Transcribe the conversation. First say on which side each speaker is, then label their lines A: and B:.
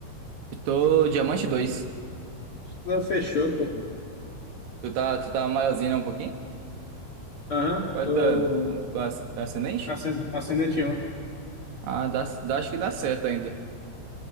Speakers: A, on the right; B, on the left.
A: eu tô diamante dois
B: Não, fechou, pô.
A: Tu tá, tu tá maiorzinho né, um pouquinho?
B: Aham,
A: Qual
B: tô
A: é a tua, tua ascendente?
B: acen- assinante um.
A: Ah, dá, dá, acho que dá certo ainda.